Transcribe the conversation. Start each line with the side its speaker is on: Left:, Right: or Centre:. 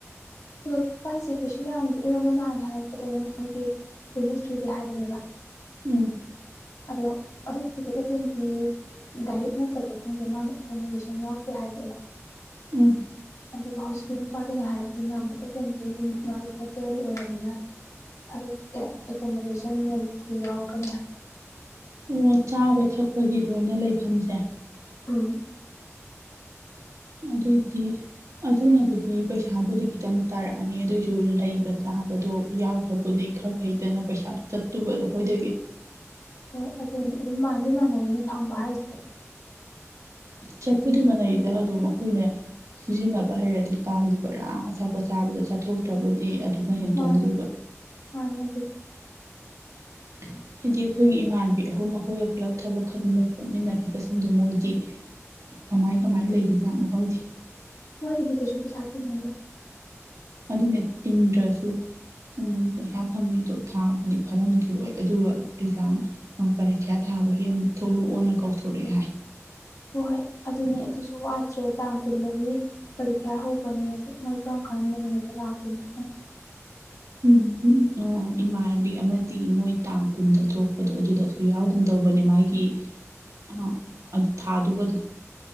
Left: ꯊꯣꯛꯂꯛꯄ ꯍꯥꯏꯁꯦ ꯀꯩꯁꯨ ꯌꯥꯝꯦ ꯑꯩꯉꯣꯟꯗ ꯅꯍꯥꯟ ꯍꯥꯏꯔꯛꯄꯗ ꯃꯣꯏꯒꯤ ꯇ꯭ꯋꯦꯟꯇꯤ ꯊ꯭ꯔꯤꯗꯤ ꯍꯥꯏꯕꯅꯦꯕ
Right: ꯎꯝ
Left: ꯑꯗꯣ ꯑꯗꯨꯦꯟ ꯗꯥꯏꯔꯦꯛ ꯅꯠꯇꯕ ꯈꯪꯗꯦ ꯃꯥꯅ ꯑꯦꯀꯣꯃꯣꯗꯦꯁꯟ ꯌꯥꯎꯗꯦ ꯍꯥꯏꯔꯛꯑꯦꯕ
Right: ꯎꯝ
Left: ꯑꯗꯨꯒ ꯍꯧꯖꯤꯛꯀꯤ ꯅꯨꯄꯥꯗ ꯉ ꯍꯥꯏꯔꯕ ꯁꯤꯅ ꯑꯃꯨꯛ ꯀꯦꯐꯦꯟꯒꯤꯒꯨꯝꯕ ꯍꯣꯇꯦꯜꯒꯤ ꯑꯣꯏꯔꯝꯃꯤꯅ ꯊꯕꯛ ꯑꯦꯀꯣꯃꯣꯗꯦꯁꯟ ꯃꯜꯗꯤ ꯌꯥꯎꯔꯛꯀꯅꯤ ꯍꯥꯏ
Right: ꯣ ꯆꯥꯕ ꯊꯛꯄꯒꯤ ꯂꯣꯏꯅ ꯂꯩꯐꯝꯁꯦ
Left: ꯎꯝ
Right: ꯑꯗꯨ ꯑꯣꯏꯗꯤ ꯑꯗꯨꯅꯕꯨꯗꯤ ꯄꯩꯁꯥꯕꯨꯗꯤ ꯈꯤꯇꯪ ꯇꯥꯔꯛꯑꯅꯤ ꯑꯗꯨꯑꯣꯏꯁꯨ ꯂꯩꯕ ꯆꯥꯕꯗꯣ ꯌꯥꯎꯈ꯭ꯔꯕꯨꯗꯤ ꯈꯔ ꯐꯩꯇꯅ ꯄꯩꯁꯥꯗꯨꯣ ꯆꯠꯇꯨꯕꯗꯣ ꯑꯩꯈꯣꯏꯗꯒꯤ
Left: ꯍꯣꯏ ꯑꯗꯨꯅꯤ ꯑꯗꯨꯝ ꯃꯥꯟꯗꯤ ꯃꯥꯟꯅꯔꯤꯅꯦ ꯐꯪꯕ ꯍꯥꯏꯁꯦ
Right: ꯆꯠꯄꯨꯗꯤ ꯃꯅꯥꯩꯗ ꯑꯗꯨꯝ ꯑꯩꯈꯣꯏꯅ ꯁꯤꯖꯤꯟꯅꯕ ꯍꯩꯔꯗꯤ ꯀꯥꯒꯤꯈꯤꯕꯔꯥ ꯑꯆꯥꯄꯣꯠ ꯆꯥꯕꯗ ꯆꯥꯊꯣꯛꯇ꯭ꯔꯕꯨꯗꯤ ꯑꯗꯨꯅ ꯍꯦꯟ ꯇꯣꯡꯗꯣꯏꯕ
Left: ꯃꯥꯅꯦ ꯃꯥꯅꯦ ꯑꯗꯨꯗꯤ
Right: <inaudible> ꯍꯥꯏꯗꯤ ꯑꯩꯈꯣꯏꯒꯤ ꯏꯃꯥꯟꯅꯕꯤ ꯑꯍꯨꯝ ꯑꯩꯈꯣꯏꯒ ꯄꯨꯂꯞ ꯊꯕꯛ ꯈꯟꯕ ꯆꯠꯃꯤꯟꯅꯈꯤꯕꯁꯤꯡꯗꯣ ꯃꯣꯏꯗꯤ ꯀꯃꯥꯏ ꯀꯃꯥꯏꯅ ꯂꯩꯔꯤ ꯖꯥꯠꯅꯣ ꯈꯪꯗꯦ
Left: ꯃꯣꯏꯒꯤꯗꯤꯀ ꯆꯨꯄꯦꯁꯗꯦ ꯃꯍꯤ
Right: ꯠꯇꯗ꯭ꯔꯁꯨꯁꯨ ꯎꯝ ꯄꯩꯁꯥ ꯐꯪꯉꯤꯗꯣ ꯊꯥꯕꯨꯗꯤ ꯐꯔꯝꯈꯤꯔꯣꯏ ꯑꯗꯨꯒ ꯑꯦꯛꯖꯥꯝ ꯄꯔꯤꯈ꯭ꯌꯥ ꯊꯥ ꯑꯥꯕꯒꯤ ꯑꯃꯨꯛ ꯊꯣꯛꯂꯛꯑꯣꯅ ꯀꯧꯊꯣꯔꯛꯑꯦ ꯍꯥꯏ
Left: ꯍꯣꯏ ꯍꯣꯏ ꯑꯗꯨꯅꯦ ꯑꯗꯨꯁꯨ ꯋꯥꯠꯇ꯭ꯔꯦ ꯇꯥꯡ ꯀꯨꯟꯗꯒꯤ ꯄꯔꯤꯈ꯭ꯌꯥ ꯍꯧꯕꯅꯦ ꯑꯗꯨ ꯃꯣꯏ ꯀꯔꯝ ꯗꯨꯀꯥꯟ ꯃꯅꯤꯗ ꯂꯥꯛꯇꯅ
Right: ꯎꯝꯝ ꯑꯣ ꯏꯃꯥꯟꯅꯕꯤ ꯑꯃꯗꯤ ꯃꯣꯏ ꯇꯥꯡ ꯀꯨꯟꯗ ꯊꯣꯛꯄꯗꯣ ꯑꯗꯨꯗꯁꯨ ꯌꯥꯎꯒꯨꯝꯗꯧꯕꯅꯦ ꯃꯥꯒꯤ ꯑ ꯑꯗꯨ ꯊꯥꯗꯨꯕ ꯑꯗꯨ